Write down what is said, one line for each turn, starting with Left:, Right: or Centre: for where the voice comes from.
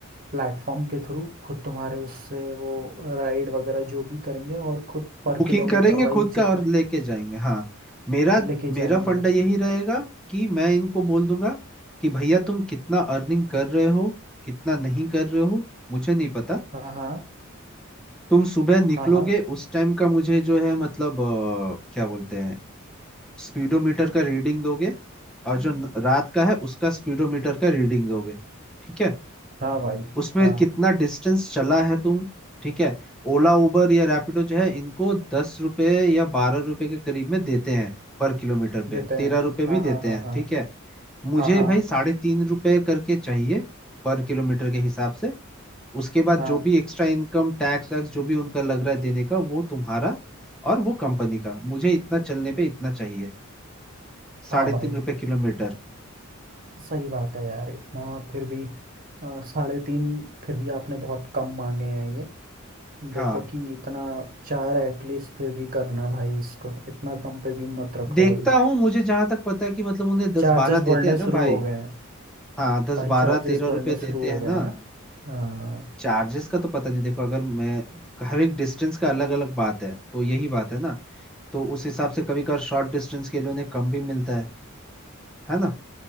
Right: प्लेटफॉर्म के थ्रू खुद तुम्हारे उससे वो राइड वगैरह जो भी करेंगे और खुद पर
Centre: बुकिंग
Right: किलोमीटर
Centre: करेंगे
Right: वाइज
Centre: खुद का
Right: जितना
Centre: और लेके जाएंगे हाँ मेरा
Right: लेके
Centre: मेरा
Right: जाएंगे
Centre: फंडा यही रहेगा कि मैं इनको बोल दूंगा कि भैया तुम कितना अर्निंग कर रहे हो कितना नहीं कर रहे हो मुझे नहीं पता
Right: हाँ हाँ
Centre: तुम सुबह निकलोगे
Right: हाँ हाँ
Centre: उस टाइम का मुझे जो है मतलब अ, क्या बोलते हैं स्पीडोमीटर का रीडिंग दोगे और जो न- रात का है उसका स्पीडोमीटर का रीडिंग दोगे ठीक है
Right: हाँ भाई
Centre: उसमें
Right: हाँ
Centre: कितना डिस्टेंस चला है तुम ठीक है ओला उबर या रैपिडो जो है इनको दस रुपए या बारह रुपए के करीब में देते हैं पर किलोमीटर पे
Right: देते हैं
Centre: तेरह रुपए भी
Right: हाँ
Centre: देते
Right: हाँ हाँ
Centre: हैं
Right: हाँ
Centre: ठीक है मुझे
Right: हाँ हाँ
Centre: भाई साढ़े तीन रुपए करके चाहिए पर किलोमीटर के हिसाब से उसके बाद
Right: हाँ
Centre: जो भी एक्स्ट्रा इनकम टैक्स वैक्स जो भी उनका लग रहा है देने का वो तुम्हारा और वो कंपनी का मुझे इतना चलने पे इतना चाहिए साढ़े
Right: हाँ भाई
Centre: तीन रुपए किलोमीटर
Right: सही बात है यार इतना फिर भी अ, साढ़े तीन फिर भी आपने बहुत कम मांगे हैं ये देखो
Centre: हाँ
Right: कि इतना चार एटलीस्ट फिर भी करना भाई इसको इतना कम पे भी मत रखो
Centre: देखता
Right: अभी
Centre: हूँ मुझे जहां तक पता है कि मतलब उन्हें दस
Right: चार्जेस
Centre: बारह
Right: बढ़ने
Centre: देते हैं ना
Right: शुरू
Centre: भाई
Right: हो गए हैं
Centre: हाँ दस
Right: भाई
Centre: बारह
Right: चार्जेस
Centre: तेरह
Right: बढ़ने
Centre: रुपए देते
Right: शुरू हो
Centre: हैं
Right: गए
Centre: ना
Right: हैं ना हाँ
Centre: चार्जेस का तो पता नहीं देखो अगर मैं हर एक डिस्टेंस का अलग अलग बात है तो यही बात है ना तो उस हिसाब से कभी कभार शॉर्ट डिस्टेंस के लिए उन्हें कम भी मिलता है है ना